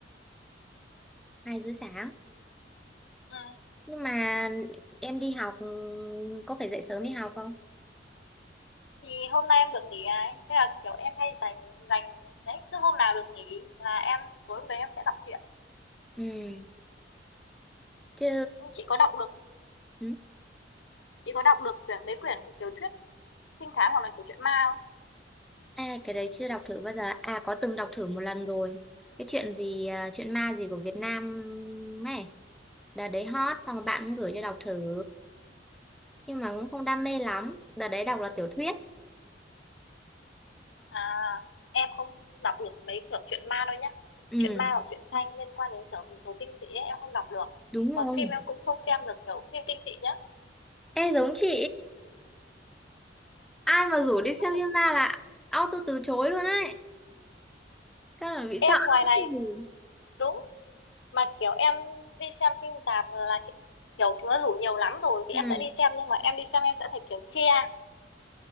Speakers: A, in the centre; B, on the left.
A: hai rưỡi sáng
B: ừ.
A: nhưng mà em đi học ừ, có phải dậy sớm đi học không
B: thì hôm nay em được nghỉ ấy thế là kiểu em hay dành dành đấy cứ hôm nào được nghỉ là em tối hôm đấy em sẽ đọc truyện
A: ừ chứ
B: Nhưng chị có đọc được
A: ừ.
B: chị có đọc được quyển mấy quyển tiểu thuyết trinh thám hoặc là kiểu truyện ma không
A: À, cái đấy chưa đọc thử bao giờ à có từng đọc thử một lần rồi cái chuyện gì à, chuyện ma gì của Việt Nam ấy đợt đấy hot xong rồi bạn cũng gửi cho đọc thử nhưng mà cũng không đam mê lắm đợt đấy đọc là tiểu thuyết
B: à em không đọc được mấy kiểu truyện ma đâu nhá
A: ừ
B: truyện ma hoặc truyện tranh liên quan đến kiểu yếu tố kinh dị ấy, em không đọc được
A: đúng rồi
B: mà phim em cũng không xem được kiểu phim kinh dị nhá
A: ê giống chị ai mà rủ đi xem
B: <laughs>
A: phim ma là auto từ chối luôn ấy Các là bị
B: em
A: sợ lắm.
B: ngoài này
A: Ừ.
B: đúng mà kiểu em đi xem phim tạp là kiểu chúng nó rủ nhiều lắm rồi thì
A: Ừ.
B: em sẽ đi xem nhưng mà em đi xem em sẽ phải kiểu chia